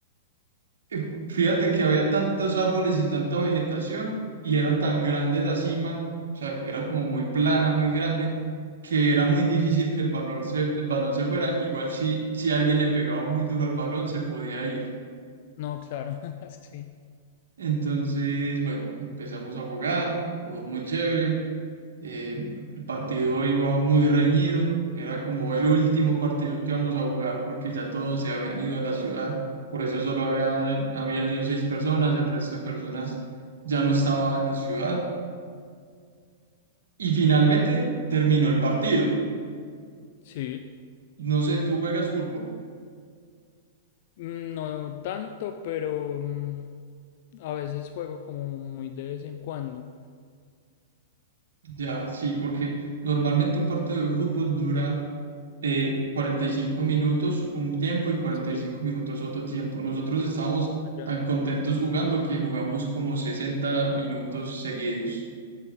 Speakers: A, on the right; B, on the left.
A: Eh, Fíjate que había tantos árboles y tanta vegetación y era tan grande la cima, o sea, era como muy plana, muy grande, que era muy difícil que el balón se- el balón se fuera. Igual si, si alguien le pegaba muy duro al balón, se podía ir.
B: No, claro, <laughs> sí.
A: Entonces, bueno, empezamos a jugar, todo muy chévere. Eh, el partido iba muy reñido, era como el último partido que íbamos a jugar porque ya todos se habían ido de la ciudad, por eso solo había- habían ido seis personas, el resto de personas ya no estaba en la ciudad. Y finalmente terminó el partido.
B: Sí,
A: No sé, tú juegas fútbol,
B: mm, no tanto, pero mm, a veces juego como muy de vez en cuando.
A: ya, sí, porque normalmente un partido de fútbol dura eh, 45 minutos un tiempo y cuarenta
B: Sí,
A: y cinco minutos otro tiempo. Nosotros estábamos
B: no, ya.
A: tan contentos jugando que jugamos como 60 minutos seguidos.